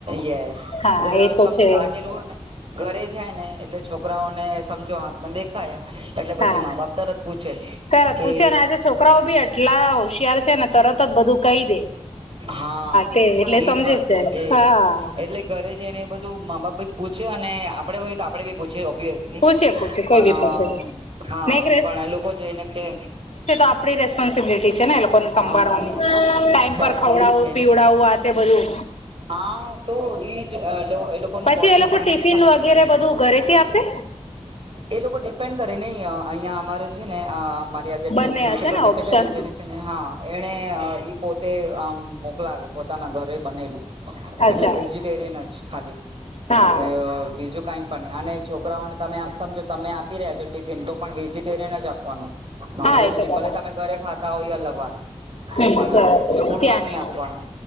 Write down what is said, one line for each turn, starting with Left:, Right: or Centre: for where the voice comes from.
Right: યસ
Left: હા
Right: એટલે
Left: એ તો
Right: સમજો
Left: છે
Right: લાગેલું હોય ને ઘરે જાય ને એટલે છોકરાઓ સમજો હાથને દેખા એટલે પછી
Left: હા
Right: મા બાપ તરત પૂછે.
Left: તરત
Right: કે
Left: પૂછે ને આજે છોકરાઓ બી એટલા હોશિયાર છે ને તરત જ બધું કહી દે
Right: હા
Left: તે એટલે
Right: એજ
Left: સમજી
Right: વાત
Left: જ જાય
Right: છે કે
Left: હા
Right: એટલે ઘરે જઈને બધું મા બાપ ભાઈ પૂછે અને આપડે હોય તો આપણે ભી પૂછે ઓબ્યસલી
Left: પૂછે પૂછે કોઈ
Right: પણ
Left: બી પૂછે
Right: હા
Left: ને એક
Right: પણ એ લોકો છેને કે
Left: આપ રેસ્પોન્સબિલિટી છે ને એ લોકોને સંવા
Right: હા ઈ
Left: ટાઈમ
Right: બસ
Left: પર- ખવડાવું
Right: એજ છે
Left: પીવડાવું
Right: ને
Left: આ તે બધું
Right: હા તો એજ એ લોકોનું
Left: પછી
Right: બોટલ
Left: એ લોકો
Right: પાણીની
Left: ટિફિન
Right: ખાલી
Left: વગેરે
Right: થવી જોઈએ
Left: બધું ઘરેથી આપે?
Right: એ લોકો ડિપેન્ડ કરે નહી અહિયાં અમારે છે ને અમારી આ જે
Left: બંને
Right: પ્રિન્સિપલ
Left: હશે
Right: ટીચર
Left: ઓપ્શન
Right: છે ને જેને છે ને હા એને પોતે આમ મોકલાવે પોતાના ઘરે બનેલું
Left: અચ્છા
Right: એટલે વેજીિટેરિયન જ ખાલી.
Left: હા
Right: એ બીજું કઈ અને છોકરાઓને તમે આમ સમજો તમે આપી રહ્યા છો ટિફિન તો પણ વેજીિટેરિયન જ આપવાનું. નોનવેજ
Left: હા એ
Right: નહી
Left: તો બરાબર
Right: ભલે તમે ઘરે ખાતા હોય અલગ વાત
Left: હમ
Right: પણ
Left: બરાબર ત્યાં
Right: મની
Left: નહી
Right: આપવાનું